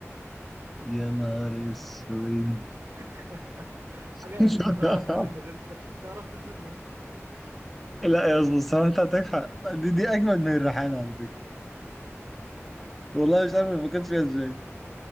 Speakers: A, in the centre; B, on the right.
A: يا نهار اسود
B: <laughs> حاجة
A: <laughs>
B: انت تعرف تنزل من غير تعرف تنزل من غير تليفونك
A: لا يا اسطى الصراحه انت عندك حق دي, دي اجمد من الريحانه على فكره
B: <laughs>
A: والله
B: صعوبتها
A: مش عارف ما فكرتش
B: في
A: فيها
B: سهولتها
A: ازاي